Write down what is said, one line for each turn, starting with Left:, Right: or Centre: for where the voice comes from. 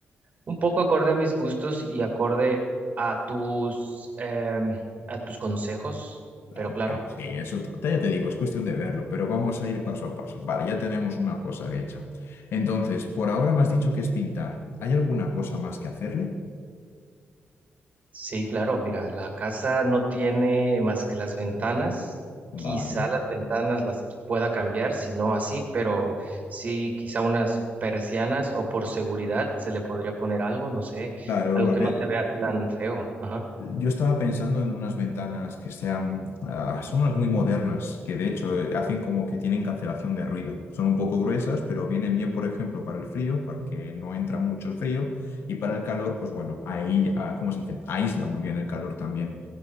Right: un poco acorde a mis gustos y acorde a tus, em, a tus consejos,
Left: Ah,
Right: pero claro,
Left: ah, Sí, eso t- ya te digo, es cuestión de verlo, pero vamos a ir paso a paso. Vale, ya tenemos una cosa hecha. Entonces, por ahora me has dicho que es pintar. ¿Hay alguna cosa más que hacerle?
Right: sí, claro, mira, la casa no tiene más que las ventanas. Quizá
Left: Vale.
Right: las ventanas las pueda cambiar, si no así, pero sí, quizá unas persianas o por seguridad se le podría poner algo, no sé,
Left: Claro,
Right: algo
Left: a
Right: que
Left: ver.
Right: no se vea tan feo. Ajá.
Left: Yo estaba pensando en unas ventanas que sean, ah, son unas muy modernas, que de hecho eh, hacen como que tienen cancelación de ruido. Son un poco gruesas, pero vienen bien, por ejemplo, para el frío, porque no entra mucho el frío, y para el calor, pues bueno, ahí, ah, ¿cómo se dice? Aísla muy bien el calor también.